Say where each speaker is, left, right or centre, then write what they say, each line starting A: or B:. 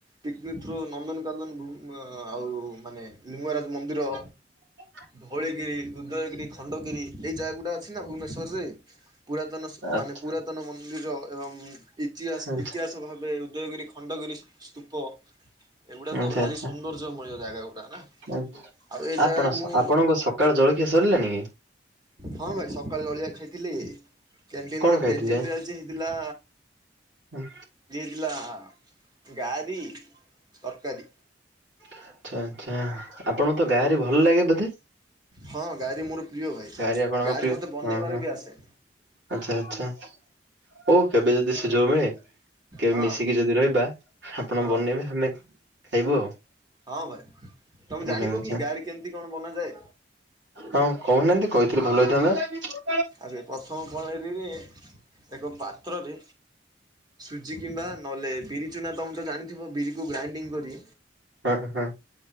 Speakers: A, on the right; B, on the right.
A: ପିକନିକ୍ ଥ୍ରୋ ନନ୍ଦନକାନନ ଆଉ ମାନେ ଲିଙ୍ଗରାଜ ମନ୍ଦିର
B: ହ
A: ଧୋଉଳିଗିରି ଉଦୟଗିରି ଖଣ୍ଡଗିରି ଏଇ ଜାଗାଗୁଡ଼ା ଅଛି ନା ଭୁବନେଶ୍ୱରରେ ପୁରାତନ
B: ଆଚ୍ଛା
A: ମାନେ ପୁରାତନ ମନ୍ଦିର ଏବଂ ଇତିହାସ
B: ଆଚ୍ଛା
A: ଇତିହାସ ଭାବେ ଉଦୟଗିରି ଖଣ୍ଡଗିରି ସ୍ତୂପ ଏଗୁଡା ତ
B: ଆଚ୍ଛା
A: ଭାରି
B: ଆଚ୍ଛା
A: ସୌନ୍ଦର୍ଯ୍ୟମୂଳ ଜାଗା ଗୁଡା ନା
B: ଆଚ୍ଛା।
A: ଆଉ ଏ
B: ଆପଣ
A: ଜାଗା ମୁଁ
B: ଆପଣଙ୍କ ସକାଳ ଜଳଖିଆ ସରିଲାଣିି କି?
A: ହଁ ଭାଇ ସକାଳେ ଜଳଖିଆ ଖାଇଥିଲି କ୍ୟାଣ୍ଟିନ
B: କଣ ଖାଇଥିଲେ?
A: କ୍ୟାଣ୍ଟିନ୍ରେ ଥିଲା
B: ହୁଁ।
A: ଲା ଗାରି ତରକାରୀ।
B: ଆଛା ଆଛା ଆପଣଙ୍କୁ ତ ଗାଁରେ ଭଲ ଲାଗେ ବୋଧେ?
A: ହଁ ଗାଁରେ ମୋର ପ୍ରିୟ ଭାଇ
B: ଗାଁରେ ଆପଣଙ୍କ
A: ଗାଁରେ
B: ପ୍ରିୟ
A: ମୋତେ ବନେଇବାର
B: ହଁ ହଁ
A: ବି ଆସେ।
B: ଆଚ୍ଛା ଆଚ୍ଛା ଓ କେବେ ଯଦି ସୁଯୋଗ ମିଳେ କେବେ
A: ହଁ
B: ମିଶିକି ଯଦି ରହିବା ଆପଣ
A: ହଁ
B: ବନେଇବେ ଆମେ ଖାଇବୁ ଆଉ।
A: ହଁ ଭାଇ ତମେ
B: ଆଚ୍ଛା
A: ଜାଣିବ
B: ଆଚ୍ଛା
A: କି ଗାରେ କେମିତି କଣ ବନାଯାଏ?
B: ହଁ କହୁନାହାନ୍ତି କହିଥିଲି ଭଲ ହେଇଥାନ୍ତା।
A: ଆରେ ପ୍ରଥମ ଫ <unintelligible> ଏକ ପାତ୍ରରେ ସୁଜି କିମ୍ବା ନହେଲେ ବିରି ଚୁନା ତମେ ତ ଜାଣିଥିବ ବିରିକୁ ଗ୍ରାଇଣ୍ଡିଙ୍ଗ କରି
B: ହଁ ହଁ।